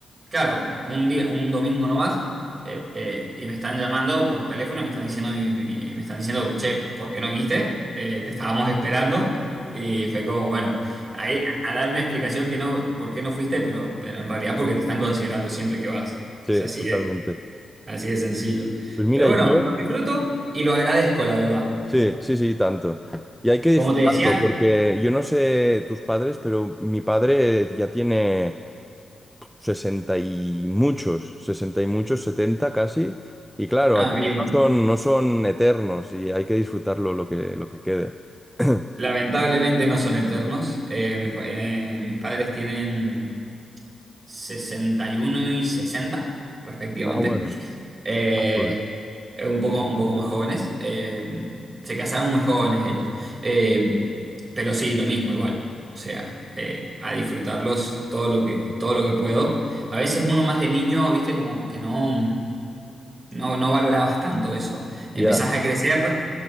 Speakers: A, on the right; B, in the centre.
A: Claro, un día, un domingo nomás, eh, eh, y me están llamando por teléfono, y me están diciendo, mi- mi- me están diciendo, che, ¿por qué no viniste? Eh, te estábamos esperando. Y fue como, bueno, ahí a a dar una explicación que no, por qué no fuiste, pero, pero en realidad porque te están considerando siempre que vas.
B: sí,
A: Es así
B: totalmente.
A: de, así de sencillo.
B: Pues mira,
A: Pero bueno,
B: yo...
A: lo disfruto y lo agradezco, la verdad.
B: Sí, sí, sí, tanto. Y hay que
A: Como
B: disfrutarlo,
A: te decía,
B: porque yo no sé tus padres, pero mi padre ya tiene sesenta y muchos, 60 y muchos, 70 casi. Y claro,
A: ah,
B: al final
A: bien,
B: no son, no son eternos y hay que disfrutarlo lo que, lo que quede. <clears throat>
A: lamentablemente no son eternos. Eh, mis, fa- eh, mis padres tienen sesenta y 60, respectivamente.
B: Ah, bueno.
A: Eh,
B: Ah, pues,
A: eh, un poco, un poco más jóvenes. Eh, se casaron muy jóvenes ellos. Eh, pero sí, lo mismo, igual. O sea, eh, a disfrutarlos todo lo que, todo lo que puedo. A veces uno más de niño, viste, como que no. No, no valorabas tanto eso. Empezás
B: Ya,
A: a crecer,